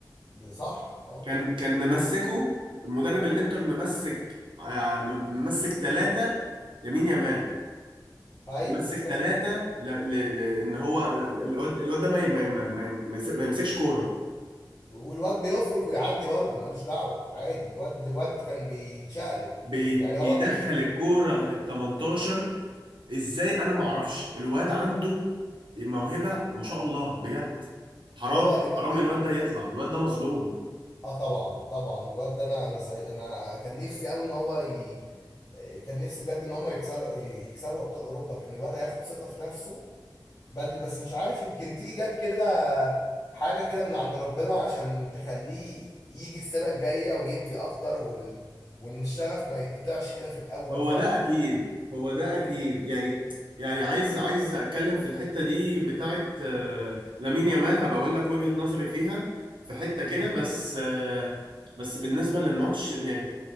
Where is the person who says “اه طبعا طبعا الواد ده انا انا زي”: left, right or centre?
Left